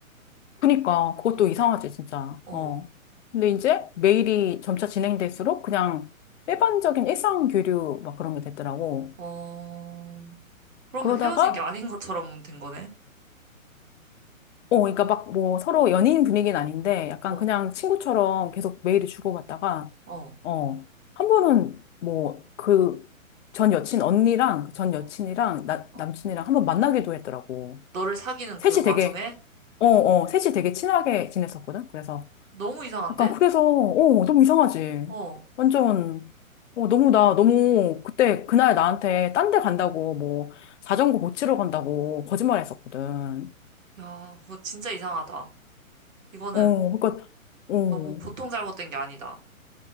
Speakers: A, on the left; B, on the right.
A: 그니까 그것도
B: 어,
A: 이상하지 진짜.
B: 어,
A: 어. 근데 이제 메일이 점차 진행될수록 그냥 일반적인 일상 교류 막 그런 게 됐더라고.
B: 어. 그러면
A: 그러다가
B: 헤어진 게 아닌 것처럼 된 거네?
A: 어, 그러니까 막 뭐 서로 연인 분위기는 아닌데 약간
B: 어,
A: 그냥 친구처럼 계속 메일을 주고받다가
B: 어,
A: 어, 한 번은 뭐 그 전 여친 언니랑 그 전
B: 어,
A: 여친이랑 나,
B: 어.
A: 남친이랑 한 번 만나기도 했더라고.
B: 너를 사귀는
A: 셋이
B: 그 와중에?
A: 되게 어, 어, 셋이 되게 친하게 지냈었거든. 그래서
B: 너무 이상한데?
A: 약간 그래서 어 너무 이상하지.
B: 어.
A: 완전 어 너무 나 너무 그때 그날 나한테 딴데 간다고 뭐 자전거 고치러 간다고 거짓말했었거든.
B: 야, 그거 진짜 이상하다. 이거는
A: 어 그러니까 어
B: 너무 보통 잘못된 게 아니다.